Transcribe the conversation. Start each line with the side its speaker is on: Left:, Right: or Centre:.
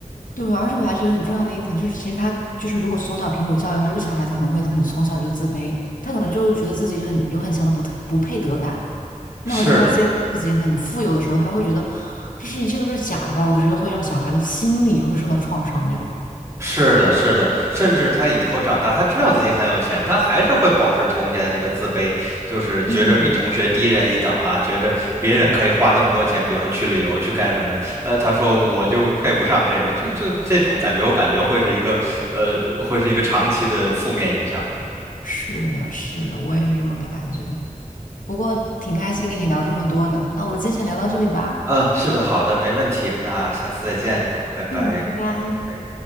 Left: 对，而且我还觉得很重要的一点就是，其实他就是如果从小平母教育的话，这个小孩子可能会很从小就自卑，他可能就觉得自己很有很强的不不配得感。
Right: 是的。
Left: 那么在他接，自己很富有的时候，他会觉得这是一切都是假的吧？我觉得会让小孩的心理会受到创伤那种。
Right: 是的，是的，甚至他以后长大，他知道自己很有钱，他还是会保持童年的那个自卑，就是觉着比同学低人一等啦，
Left: 嗯，
Right: 觉着别人可以花这么多钱，
Left: 对，
Right: 比如说去旅游去干什么的，呃，他说我就配不上这个，就就这种感觉，我感觉会是一个，呃，会是一个长期的负面影响吧。
Left: 是的，是的，我也是这么感觉。不过挺开心跟你聊这么多的，那我们今天先聊到这里吧。
Right: 嗯，是的，好的，没问题，那下次再见，好，拜拜。
Left: 嗯，拜拜。
Right: 哎。